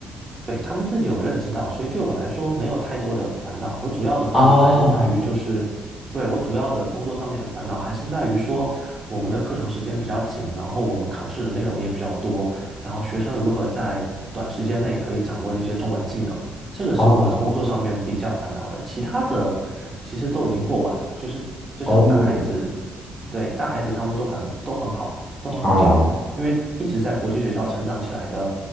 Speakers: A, on the right; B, on the left.
A: 对，他们自己有认知到，所以对我来说没有太多的烦恼。我主要的烦恼还是在于，
B: 哦
A: 就是对我主要的工作上面的烦恼还是在于说，我们的课程时间比较紧，然后我们考试的内容也比较多，然后学生如何在短时间内可以掌握这些中文技能，这个是我工作上面比较烦恼的。
B: 哦
A: 其他的其实都已经过完了，就是就是大孩子，
B: 哦
A: 对，大孩子他们都很都很好，都很好教。
B: 哦
A: 因为一直在国际学校成长起来的